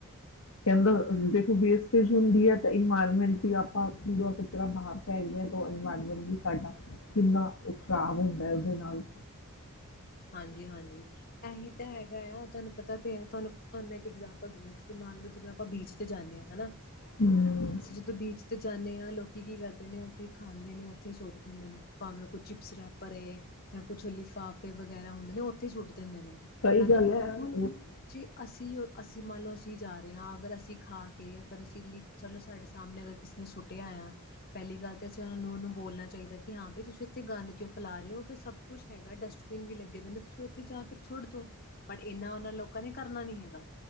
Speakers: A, on the left (about 65°); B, on the left (about 45°).
A: ਕਹਿੰਦਾ ਦੇਖੋ ਵੇਸਟੇਜ ਹੁੰਦੀ ਹੈ, ਤਾਂ ਇਨਵਾਇਰਮੈਂਟ ਵੀ ਆਪਾਂ ਪੂਰਾ ਕਚਰਾ ਬਾਹਰ ਫੈਕਦੇ ਹਾਂ ਤੋ ਇਨਵਾਇਰਮੈਂਟ ਵੀ ਸਾਡਾ ਕਿੰਨਾ ਖ਼ਰਾਬ ਹੁੰਦਾ ਹੈ ਇਹਦੇ ਨਾਲ
B: ਹਾਂਜੀ-ਹਾਂਜੀ ਇਹੀ ਹੈਗਾ ਆ ਤੁਹਾਨੂੰ ਪਤਾ ਤੇ ਹੈ ਤੁਹਾਨੂੰ ਤੁਹਾਨੂੰ ਮੈਂ ਇੱਕ ਇਗਜਾਮਪਲ ਦੇਵ ਤੁਸੀਂ ਮੰਨ ਲਓ ਜਿਵੇਂ ਆਪਾਂ ਬੀਚ ਤੇ ਜਾਂਦੇ ਹਾਂ, ਹਨਾ
A: ਹੂੰ
B: ਅਸੀਂ ਜਦੋਂ ਬੀਚ ਤੇ ਜਾਂਦੇ ਹਾਂ ਲੋਕੀ ਕੀ ਕਰਦੇ ਨੇ ਉੱਥੇ ਖਾਂਦੇ ਨੇ ਏਥੇ ਹੀ ਸੋਟ ਦਿੰਦੇ ਨੇ ਪਾਵੇਂ ਕੋਈ ਚਿਪਸ ਰੈਪਰ ਏ ਯਾਂ ਕੁਛ ਲਿਫਾਫ਼ ਵਗੈਰਾ ਹੁੰਦੇ ਨੇ ਉੇਹ ਇੱਥੇ ਸੁੱਟ ਦਿੰਦੇ ਨੇ
A: ਸਹੀ
B: ਹਨਾ
A: ਗੱਲ ਹੈ
B: ਹੁਣ
A: ਉਹ
B: ਜੇ ਅਸੀਂ ਅਸੀਂ ਮੰਨ ਲਓ ਅਸੀਂ ਜਾਰੇ ਹਾਂ- ਤਾਂ ਅਸੀ ਅਗਰ ਅਸੀਂ ਖਾ ਕੇ ਅਗਰ ਅਸੀਂ ਲਿਫ ਚਲੋ ਸਾਡੇ ਸਾਹਮਣੇ ਅਗਰ ਕਿਸੇ ਨੇ ਸੁੱਟਿਆ ਆ ਪਹਿਲੀ ਗੱਲ ਤਾਂ ਅਸੀਂ ਉਹਨਾਂ ਨੂੰ ਉਹਨੂੰ ਬੋਲਣਾ ਚਾਹੀਦਾ ਕਿ ਹਾਂ ਭਈ ਤੁਸੀਂ ਇੱਥੇ ਗੰਦ ਕਿਉਂ ਫੈਲਾ ਰਹੇ ਹੋ। ਅਗੇ ਸਭ ਕੁੱਛ ਹੈਗਾ ਡਸਟ ਬੀਨ ਵੀ ਲੱਗੇ ਦੇ ਨੇ ਤੁਸੀਂ ਉੱਥੇ ਜਾ ਕੇ ਸੁੱਟ ਦੋ ਪਰ ਇਨਾ ਉਨ੍ਹਾਂਨਾਂ ਲੋਕ ਲੋਕਾਂ ਨੇ ਕਰਨਾ ਨੀ ਹੈਗਾ